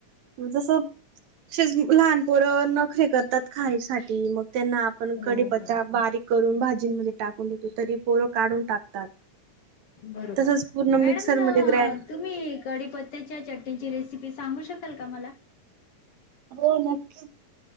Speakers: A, on the right; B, on the left.
A: जस तच लहानपोर नखरे करतात खायसाठी मग त्यांना, पण
B: हो
A: कडीपत्ता
B: हो
A: बारीक करून, भाजींमध्ये टाकून देतो तरी पोरं काढून टाकतात.
B: बरोबर
A: तसच पूर्ण
B: मॅडम
A: मिक्सर मध्ये ग्रँड
B: तुम्ही कडीपत्त्याच्या चटणीची, रेसिपी सांगू शकाल का मला!
A: हो नक्कीच